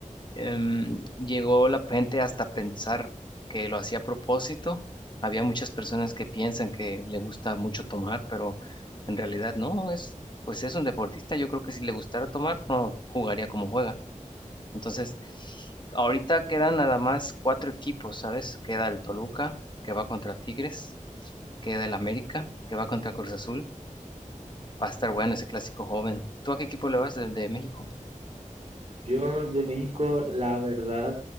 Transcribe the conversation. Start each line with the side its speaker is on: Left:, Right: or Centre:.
Left: Em, llegó la gente hasta pensar que lo hacía a propósito. Había muchas personas que piensan que le gusta mucho tomar, pero en realidad no, es pues es un deportista. Yo creo que si le gustara tomar, no jugaría como juega. Entonces, ahorita quedan nada más cuatro equipos, ¿sabes? Queda el Toluca, que va contra Tigres, queda el América, que va contra Cruz Azul. Va a estar bueno ese clásico joven. ¿Tú a qué equipo le vas de, de México?
Right: Yo de México, la verdad,